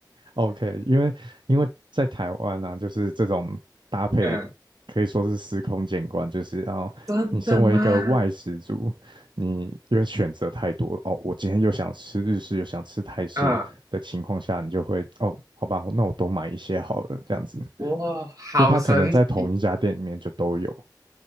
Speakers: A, on the right; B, on the right.
A: OK，因为因为在台湾啊，就是这种搭配可以说是司空见惯，
B: 嗯，
A: 就是哦，
B: 真的吗？
A: 你身为一个外食族，你因为选择太多哦，我今天又想吃日式，又想吃泰式的情况下，
B: 嗯，
A: 你就会哦，好吧，那我多买一些好了，这样子，因
B: 哇，好神奇，
A: 为它可能在同一家店里面就都有，